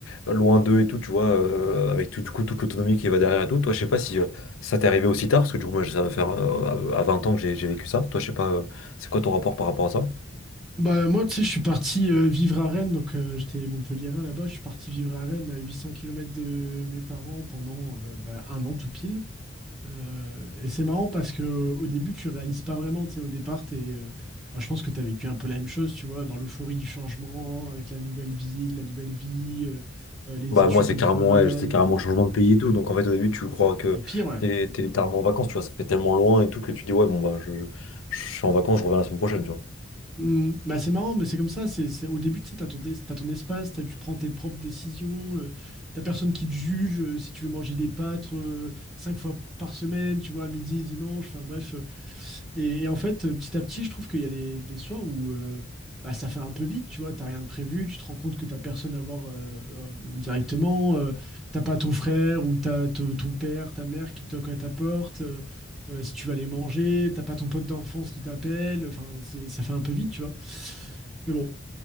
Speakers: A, on the left; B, in the centre.
A: loin d'eux et tout, tu vois, euh, avec tout, du coup, toute l'autonomie qui va derrière et tout. Toi, je sais pas si euh, ça t'est arrivé aussi tard, parce que du coup, moi, ça va faire euh, à à 20 ans que j'ai j'ai vécu ça. Toi, je sais pas, euh, c'est quoi ton rapport par rapport à ça?
B: Bah, moi, tu sais, je suis parti euh, vivre à Rennes, donc euh, j'étais Montpelliérain là-bas. Je suis parti vivre à Rennes à 800 km de mes parents pendant euh, bah, un an tout pile. Euh, et c'est marrant parce que euh, au début, tu réalises pas vraiment, tu sais, au départ, t'es, euh, bah, je pense que tu as vécu un peu la même chose, tu vois, dans l'euphorie du changement, avec la nouvelle ville, la nouvelle vie, euh, euh, les
A: Bah,
B: études
A: moi, c'est
B: ou
A: carrément,
B: le travail.
A: ouais, c'est carrément
B: euh.
A: un changement de pays et tout. Donc, en fait, au début, tu crois que
B: Et pire, ouais,
A: t'es, t'es littéralement en vacances, tu vois. Ça fait tellement loin et tout que tu dis, ouais, bon, bah, je, je suis en vacances, je reviens la semaine prochaine, tu vois.
B: Hmm, bah c'est marrant, mais c'est comme ça. C'est, c'est- au début, tu sais, t'as ton, dé- t'as ton espace, t'as- tu prends tes propres décisions, euh, t'as personne qui te juge euh, si tu veux manger des pâtes euh, cinq fois par semaine, tu vois, à midi, dimanche, enfin bref. euh, et, et en fait, euh, petit à petit, je trouve qu'il y a des, des soirs où euh, bah, ça fait un peu vite, tu vois, t'as rien de prévu, tu te rends compte que t'as personne à voir euh, euh, directement, euh, t'as pas ton frère ou t'as t- ton père, ta mère qui toque à ta porte. euh, euh, si tu vas aller manger, t'as pas ton pote d'enfance qui t'appelle, enfin, c'est, ça fait un peu vite, tu vois. Mais bon,